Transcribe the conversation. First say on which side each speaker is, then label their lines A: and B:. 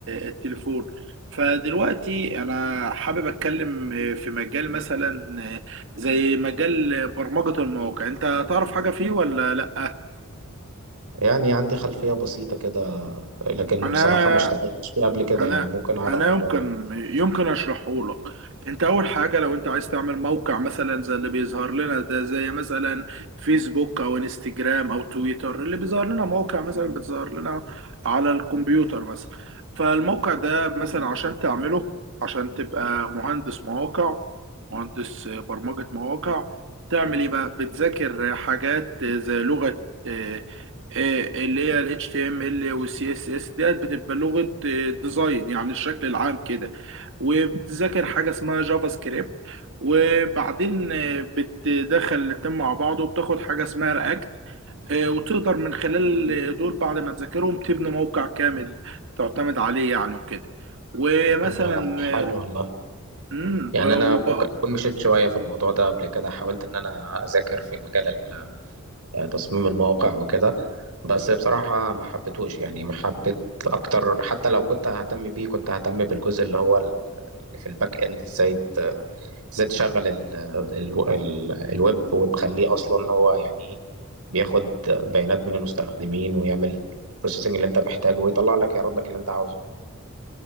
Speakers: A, on the right; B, on the right.
A: التليفون فدلوقتي انا حابب اتكلم في مجال مثلا زي مجال برمجه المواقع انت تعرف حاجه فيه ولا لا
B: يعني عندي خلفية بسيطة كده لكن
A: انا
B: بصراحة ما اشتغلتش فيه قبل كده
A: انا
B: يعني ممكن أعرف
A: انا يمكن
B: آه،
A: يمكن اشرحه لك انت اول حاجه لو انت عايز تعمل موقع مثلا زي اللي بيظهر لنا ده زي مثلا فيسبوك او انستجرام او تويتر اللي بيظهر لنا موقع مثلا بتظهر لنا على الكمبيوتر مثلا فالموقع ده مثلا عشان تعمله عشان تبقى مهندس مواقع مهندس برمجة مواقع تعمل ايه بقى بتذاكر حاجات زي لغة آه، آه، اللي هي ال HTML وال CSS ديت بتبقى لغة آه، ديزاين يعني الشكل العام كده وبتذاكر حاجة اسمها جافا سكريبت وبعدين آه، بتدخل الاتنين مع بعض وبتاخد حاجة اسمها رياكت وتقدر من خلال آه، دول بعد ما تذاكرهم تبني موقع كامل تعتمد عليه يعني وكده ومثلا
B: طب حلو
A: آه،
B: والله
A: مم،
B: يعني
A: آه،
B: انا
A: وبقى
B: ممكن اكون مشيت شويه في الموضوع ده قبل كده حاولت ان انا اذاكر في مجال ال- آه، تصميم المواقع وكده بس بصراحه ما حبيتهوش يعني ما حبيت اكتر حتى لو كنت ههتم بيه كنت ههتم بالجزء اللي هو ال- اللي في الباك اند ازاي ت- ازاي تشغل ال ال ال الويب وتخليه اصلا إن هو يعني ايه بياخد بيانات من المستخدمين ويعمل البروسيسنج اللي انت محتاجه ويطلع لك يعرض لك اللي انت عاوزه